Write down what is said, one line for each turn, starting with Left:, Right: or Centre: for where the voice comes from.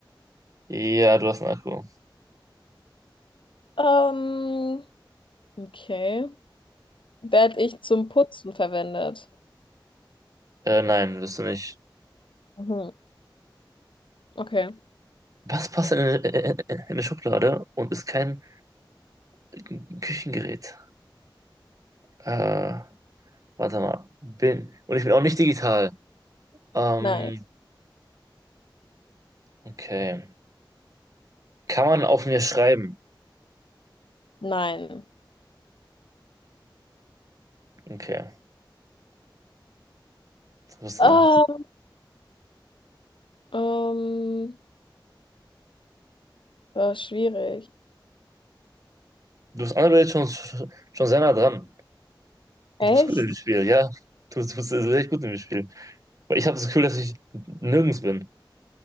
Right: Ja, du hast einen Akku.
Left: Ähm, okay. Werd ich zum Putzen verwendet?
Right: Äh, nein, bist du nicht.
Left: Mhm. Okay.
Right: Was passt denn in, in, in eine Schublade und ist kein Ein Küchengerät. Äh, warte mal. Bin. Und ich bin auch nicht digital. Ähm,
Left: Nein.
Right: okay. Kann man auf mir schreiben?
Left: Nein.
Right: Okay, du bist
Left: Ah,
Right: dran.
Left: ähm, war schwierig.
Right: Du bist andere schon, schon sehr nah dran.
Left: Echt?
Right: Du bist gut im Spiel, ja. Du, du bist echt gut im Spiel. Weil ich habe das Gefühl, dass ich nirgends bin.